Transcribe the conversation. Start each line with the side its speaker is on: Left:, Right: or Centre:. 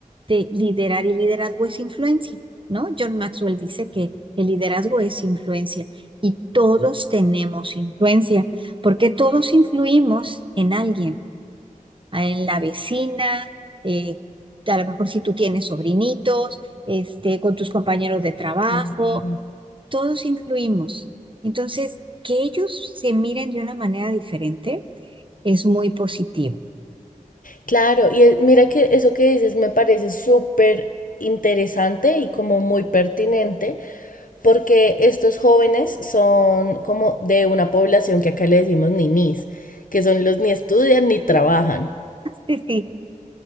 Right: de liderar y liderazgo es influencia, ¿no? John Maxwell dice que el liderazgo es influencia y todos tenemos influencia porque todos influimos en alguien en la vecina, eh, a lo mejor si tú tienes sobrinitos, este, con tus compañeros de trabajo,
Left: Claro,
Right: todos influimos. Entonces, que ellos se miren de una manera diferente es muy positivo.
Left: Claro, y es- mira que eso que dices me parece súper interesante y como muy pertinente, porque estos jóvenes son como de una población que acá le decimos ninis, que son los ni estudian ni trabajan.
Right: Sí, sí.